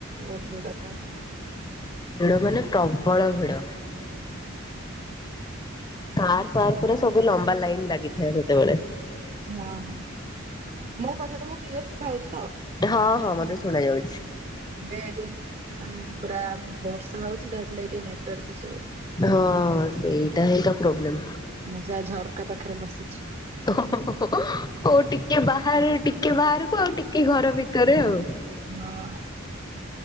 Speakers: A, on the right; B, on the left.
A: ବହୁତ ଭିଡ଼ ଥା
B: ଭିଡ ମାନେ ପ୍ରବଳ ଭିଡ। କାର୍ ଫାର୍
A: ହଁ
B: ପୁରା ସବୁ ଲମ୍ବା ଲାଇନ୍ ଲାଗିଥାଏ ସେତେବେଳେ।
A: ହଁ, ହଁ ମୋ କଥା ତମକୁ କ୍ଲିୟର୍ ଶୁଭାଉଚିତ!
B: ହଁ, ହଁ ମତେ ଶୁଣା ଯାଉଛି।
A: ବେରି ମାନେ ପୁରା ବର୍ଷା ହଉଛି। ତ, ହେଥିଲାଗି ନେଟ୍ଓ୍ଵାର୍କ ଇସୁ ହଉଛି।
B: ହଁ ସେଇଟା ହିଁ ତ ପ୍ରୋବ୍ଲେମ୍।
A: ମୁଁ ସେ ଝରକା ପାଖରେ ବସିଛି।
B: <unintelligible> କୋଉ ଟିକେ ବାହାରେ ଟିକେ ବାହାରକୁ ଆଉ ଟିକେ ଘର ଭିତରେ ଆଉ।
A: ହଁ।